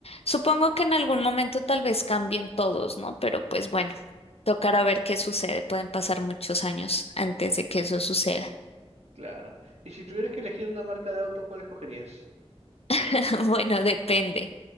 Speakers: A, on the left; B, on the right.
A: supongo que en algún momento tal vez cambien todos, ¿no? Pero pues bueno, tocará ver qué sucede. Pueden pasar muchos años antes de que eso suceda.
B: Claro. Y si tuvieras que elegir una marca de auto, ¿cuál escogerías?
A: <laughs> Bueno, depende.